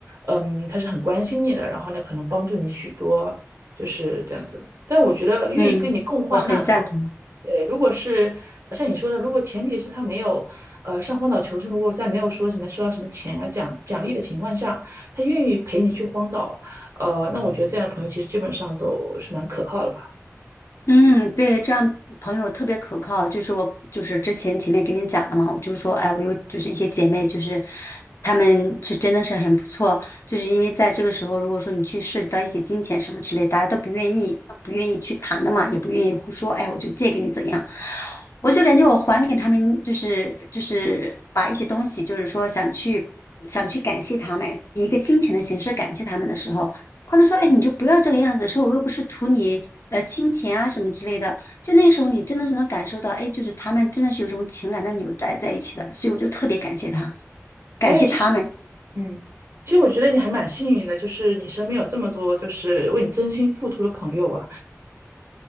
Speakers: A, on the right (about 65°); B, on the left (about 60°).
A: 嗯，他是很关心你的，然后呢，可能帮助你许多，就是这样子的。但我觉得愿意跟你共患难的哦，
B: 嗯。我很赞同。
A: 对，如果是呃像你说的，如果前提是他没有，呃，上荒岛求生，如果在没有说什么收到什么钱啊奖奖励的情况下，他愿意陪你去荒岛，呃，那我觉得这样的朋友其实基本上都是蛮可靠的吧。
B: 嗯，对，这样朋友特别可靠。就是我，就是之前前面跟你讲了嘛，我就是说，哎，我有就是一些姐妹，就是她们是真的是很不错。就是因为在这个时候，如果说你去涉及到一些金钱什么之类，大家都不愿意，都不愿意去谈的嘛，也不愿意说，哎，我就借给你怎样。我就感觉我还给他们，就是就是把一些东西，就是说想去想去感谢他们，以一个金钱的形式感谢他们的时候。他们说：“哎，你就不要这个样子。”说我又不是图你呃金钱啊什么之类的。就那时候，你真的是能感受到，哎，就是他们真的是有种情感的纽带在一起的。所以我就特别感谢他，感谢他们。
A: 对，其实，嗯，其实我觉得你还蛮幸运的，就是你身边有这么多就是为你真心付出的朋友吧。